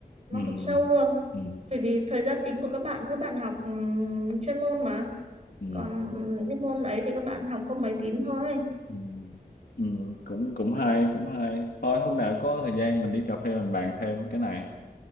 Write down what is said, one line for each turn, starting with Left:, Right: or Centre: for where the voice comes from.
Right: nó
Left: ừ,
Right: cực sâu luôn
Left: ừ,
Right: bởi vì thời gian chính của các bạn các bạn học ừ, chuyên môn mà
Left: ừ,
Right: còn những cái môn ấy thì các bạn học có mấy tín thôi
Left: ừ, ừ. cũng cũng hay cũng hay thôi hôm nào có thời gian mình đi cà phê mình bàn thêm cái này